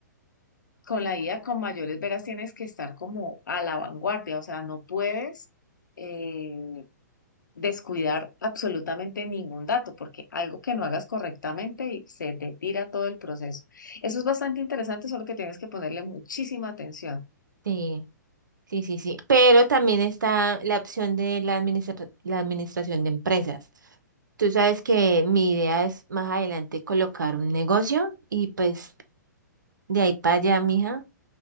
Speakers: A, on the left (about 80°); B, on the right (about 80°).
A: con la IA con mayores veras tienes que estar como a la vanguardia, o sea, no puedes eh, descuidar absolutamente ningún dato, porque algo que no hagas correctamente y se te tira todo el proceso. Eso es bastante interesante, solo que tienes que ponerle muchísima atención.
B: Sí, sí, sí, sí. Pero también está la opción de la administra- la administración de empresas. Tú sabes que mi idea es más adelante colocar un negocio y pues de ahí para allá, mija.